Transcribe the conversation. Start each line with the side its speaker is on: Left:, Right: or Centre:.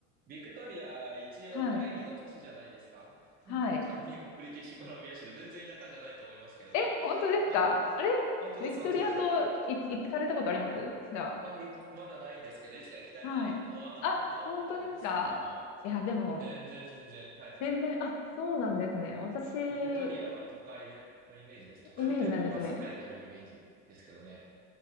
Right: ビクトリア一応第二の都市じゃないですか。
Left: はい。はい。
Right: <laughs> カンビブリティッシュコロンビア州で全然田舎じゃないと思いますけどね。
Left: え、本当ですかあれ
Right: <laughs> 本当です、
Left: ビクトリア島い行ってかれたことありますじゃあ。
Right: 本当です。ああ、いまだないんですけど、いつか行きたいなと、
Left: はい。
Right: ほわーんとは思ってるんですけれども。
Left: あ、本当ですかいや、でも、
Right: 全然、全然。はいはい。
Left: 全然、あ、そうなんですね。私、イ
Right: ビクトリアは都会でのイメージです。都会というか、
Left: メージなんですね。
Right: まあ、栄えてるイメージですけどね。